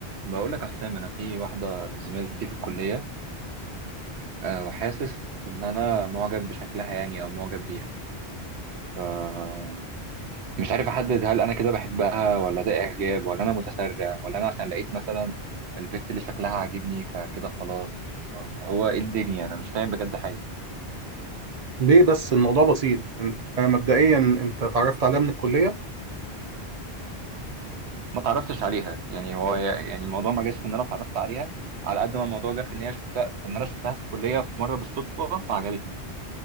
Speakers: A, on the right; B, on the right.
A: بقول لك يا حسام انا في واحده زميلتي في الكليه أه وحاسس ان انا معجب بشكلها يعني او معجب بيها ف مش عارف احدد هل انا كده بحبها ولا ده اعجاب ولا انا متسرع ولا انا عشان لقيت مثلا البت اللي شكلها عاجبني فكده خلاص ولا هو ايه الدنيا انا مش فاهم بجد حاجه
B: ليه بس الموضوع بسيط انت مبدئيا انت اتعرفت عليها من الكليه
A: ما اتعرفتش عليها يعني هو يعني الموضوع ما جاش في ان انا اتعرفت عليها على قد ما الموضوع جه في ان هي شفتها في ان انا شفتها في الكليه في مره بالصدفه فعجبتني